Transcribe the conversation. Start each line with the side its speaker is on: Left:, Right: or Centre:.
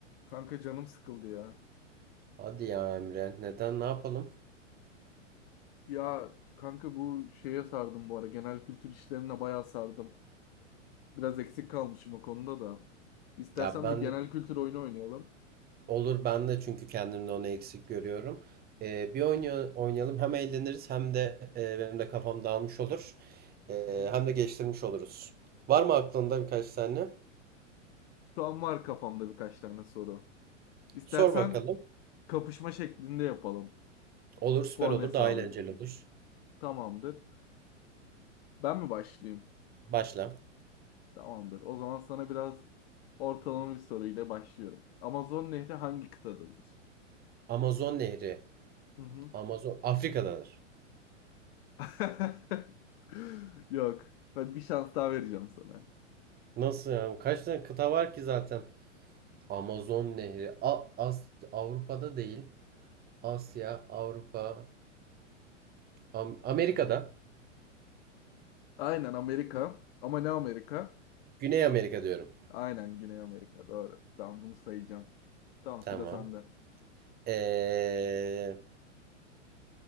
Left: Kanka canım sıkıldı ya.
Right: Hadi ya Emre, neden ne yapalım?
Left: Ya kanka bu şeye sardım bu ara. Genel kültür işlerine bayağı sardım. Biraz eksik kalmışım o konuda da. İstersen
Right: Ya ben
Left: bir genel
Right: de
Left: kültür oyunu oynayalım.
Right: olur ben de çünkü kendimde onu eksik görüyorum. Ee, bir
Left: Hı
Right: oyna- oynayalım hem eğleniriz hem de e, benim de kafam dağılmış olur. Ee,
Left: hı.
Right: hem de geçtirmiş oluruz. Var mı aklında birkaç tane?
Left: Şu an var kafamda birkaç tane soru. İstersen
Right: Sor bakalım.
Left: kapışma şeklinde yapalım.
Right: Olur süper
Left: Puan
Right: olur
Left: hesabı
Right: daha eğlenceli
Left: yapalım.
Right: olur.
Left: Tamamdır. Ben mi başlayayım?
Right: Başla.
Left: Tamamdır. O zaman sana biraz ortalama bir soruyla başlıyorum. Amazon Nehri hangi kıtadadır?
Right: Amazon Nehri.
Left: Hı hı.
Right: Amazon Afrika'dadır.
Left: <laughs> Yok. Ben bir şans daha vereceğim sana.
Right: Nasıl yani? Kaç tane kıta var ki zaten? Amazon Nehri. A- As- Avrupa'da değil. Asya, Avrupa, Am- Amerika'da.
Left: Aynen Amerika. Ama ne Amerika?
Right: Güney Amerika diyorum.
Left: Aynen Güney Amerika. Doğru. Tamam bunu sayacağım. Tamam
Right: Tamam.
Left: sıra sende.
Right: Ee,